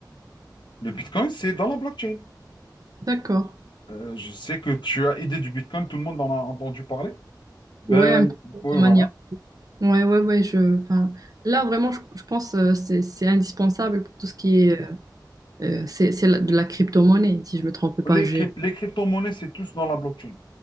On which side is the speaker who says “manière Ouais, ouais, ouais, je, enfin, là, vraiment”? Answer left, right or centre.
Right